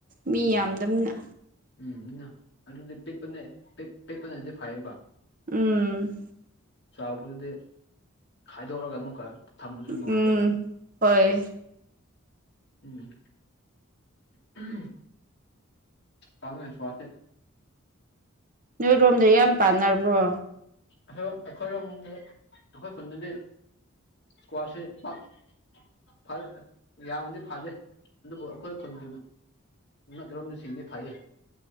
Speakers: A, on the right; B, on the left.
A: ꯃꯤ
B: ꯎꯝ
A: ꯌꯥꯝꯗꯝꯅꯤꯅ
B: ꯎꯝ ꯃꯤꯅ ꯑꯗꯨꯗꯤ ꯄꯤꯛꯄꯅꯦ ꯄꯤꯛꯄꯅꯗꯤ ꯐꯩꯌꯦꯕ
A: ꯎꯝ
B: ꯆꯥꯎꯕꯗꯨꯗꯤ ꯈꯥꯏꯗꯣꯛꯂꯒ ꯑꯃꯨꯛꯀ ꯊꯝꯕꯁꯨ ꯅꯨꯡꯉꯥꯏꯇꯦ
A: ꯎꯝ ꯍꯣꯏ
B: ꯎꯝ <unintelligible> <unintelligible> ꯏꯁꯀ꯭ꯋꯥꯁꯇꯤ
A: ꯅꯣꯏꯔꯣꯝꯗ ꯌꯥꯝ ꯄꯥꯟꯅꯔꯕ꯭ꯔꯣ
B: ꯑꯗꯣ ꯑꯩꯈꯣꯏꯔꯣꯝꯗ ꯑꯩꯈꯣꯏ ꯈꯨꯟꯗꯗꯤ ꯏꯁꯀ꯭ꯋꯥꯁꯦ ꯄꯥꯛ ꯐꯔ ꯌꯥꯝꯗꯤ ꯐꯗꯦ ꯑꯗꯨꯕꯨ ꯑꯩꯈꯣꯏ ꯈꯨꯟꯒꯤ ꯅꯠꯇꯔꯣꯝꯁꯤꯡꯗꯤ ꯐꯩꯌꯦ